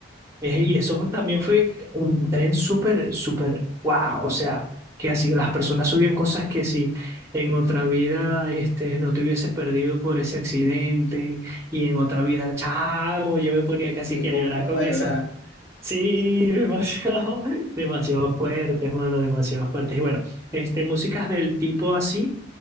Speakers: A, on the right; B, on the left.
A: eh, Y eso fue- también fue un tren súper, súper guau. O sea, que así las personas subían cosas que si en otra vida este, no te hubiese perdido por ese accidente y en otra vida, chavo, yo me ponía casi
B: Sí,
A: que
B: momentos
A: a llorar con
B: para
A: eso.
B: llorar.
A: Sí, demasiado, <laughs> demasiado fuertes, mano, demasiado fuertes. Y bueno, este, músicas del tipo así,